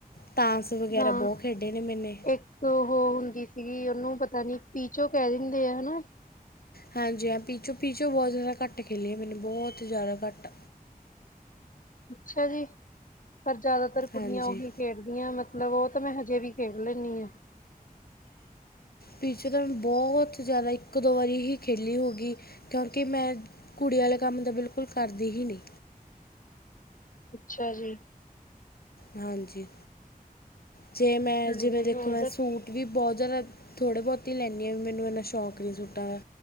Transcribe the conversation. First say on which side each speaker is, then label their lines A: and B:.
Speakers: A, on the left; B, on the left.
A: ਤਾਸ ਵਗੈਰਾ
B: ਹਾਂ
A: ਬਹੁਤ ਖੇਡੇ ਨੇ ਮੇਨੇ
B: ਇੱਕ ਉਹ ਹੁੰਦੀ ਸੀਗੀ ਉਹਨੂੰ ਪਤਾ ਨੀ ਪੀਚੋ ਕਹਿ ਦਿੰਦੇ ਆ ਹਨਾ
A: ਹਾਂਜੀ ਹਾਂ ਪੀਚੋਂ ਪੀਚੋ ਬਹੁਤ ਜ਼ਿਆਦਾ ਘੱਟ ਖੇਲੇ ਮੈਨੇ ਬਹੁਤ ਜ਼ਿਆਦਾ ਘੱਟ
B: ਅੱਛਾ ਜੀ ਪਰ ਜ਼ਿਆਦਾਤਰ ਕੁੜੀਆਂ
A: ਹਾਂਜੀ
B: ਉਹੀ ਖੇਡਦੀਆਂ ਮ ਲਬ ਉਹ ਤਾਂ ਮੈਂ ਹਜੇ ਵੀ ਖੇਡ ਲੈਂਨੀ ਏ <inaudible>
A: ਪੀਚੋ ਤਾਂ ਮ ਬਹੁਤ ਜ਼ਿਆਦਾ ਇੱਕ ਦੋ ਵਾਰੀ ਹੀ ਖੇਲੀ ਹੋਗੀ ਕਿਉਂਕਿ ਮੈਂ ਕੁੜੀ ਆਲੇ ਕੰਮ ਤਾਂ ਬਿਲਕੁਲ ਕਰਦੀ ਹੀ ਨੀ
B: ਅੱਛਾ ਜੀ
A: ਹਾਂਜੀ ਜੇ ਮੈਂ
B: ਹਾਂਜੀ
A: ਜਿਵੇਂ ਦੇਖੋ
B: ਉਹਦਾ
A: ਮੈਂ ਸੂ ਵੀ ਬਹੁ ਜ਼ਿਆਦਾ ਥੋੜ੍ਹੇ ਬਹੁਤ ਈ ਲੈਨੀ ਆਂ ਵੀ ਮੈਨੂੰ ਇੰਨਾ ਸ਼ੌਂਕ ਨਹੀਂ ਸੂਟਾਂ ਦਾ